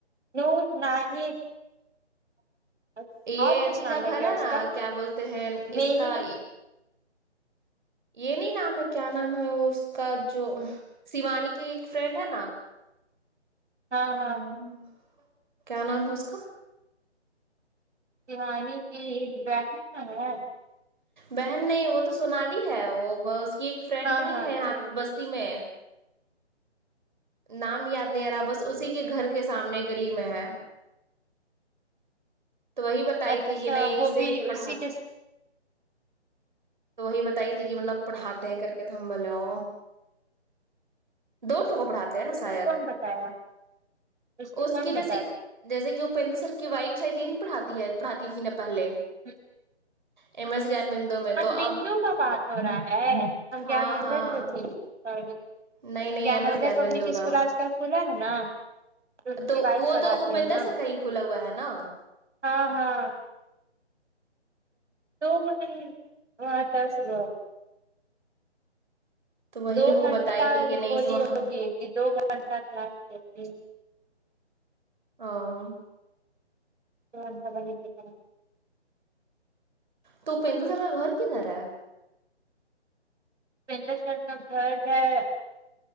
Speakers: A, on the right; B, on the right.
A: نیو نہی ہ
B: یہ
A: اور کچھ
B: اتھی
A: نام
B: کا
A: ہے
B: گھر
A: کیا اس
B: نا
A: کا
B: کیا بولتے ہیں
A: میری
B: اس کا یہ نہیں نام ہے کیا نام ہے اس کا جو شیوانی کی ایک فرینڈ ہے نا
A: ہاں
B: آہ،
A: ہاں
B: کیا نام ہے اس کا
A: شیوانی کی ایک بہن ہے
B: بہن نہیں وہ تو سونالی ہے وہ ب اس کی ایک فرینڈ
A: ہاں
B: نہیں
A: ہاں
B: ہے
A: سنالی
B: یہاں بستی میں نام یاد نہیں آ رہا بس اسی کے گھر کے سامنے گلی میں ہے تو وہی بتائی
A: اچھا
B: تھی کہ نہیں
A: وہ
B: اسے
A: بھی
B: پڑھا
A: اسی کے س-
B: تو وہی بتائی تھی کہ مطلب پڑھاتے ہیں کر کے تو ہم بولے او دو ٹھو پڑھاتے ہیں نا
A: اس
B: شاید
A: کو کون بتایا کو
B: اس
A: کون
B: کی
A: بتایا
B: جیسے جیسے کہ وہ پندو سر کی وائف ساید یہیں پڑھاتی ہے پڑھاتی تھی نہ پہلے
A: ہں
B: ایم ایس گان بندو میں تو
A: بندو
B: اب
A: کا بات ہو رہا ہے ہم
B: ہاں
A: گیان ودے
B: ہاں
A: پے تھے
B: نہیں نہیں
A: Gyan
B: M S
A: Vidya public
B: Bindu
A: اسکول
B: کا
A: آج کل کھلا ہے نا اس
B: تو
A: کی وائف
B: وہ
A: پڑھاتی
B: تو اپیندر
A: ہے نا
B: سر کا ہی کھلا ہوا ہے نا
A: ہاں ہاں دو مٹ ہیتا سے <unintelligible>
B: تو وہی
A: دو
B: ہم کو
A: گھنٹہ
B: بتائی تھی کہ نہیں
A: بولی
B: وہاں
A: ہوگی
B: پر
A: کہ دو گھنٹہ کلاس کرتی
B: ہاں
A: کون پتہ نہیں کدھر
B: تو اپیندر سر کا گھر کیدھر ہے
A: اپیندر سر کا گھر ہے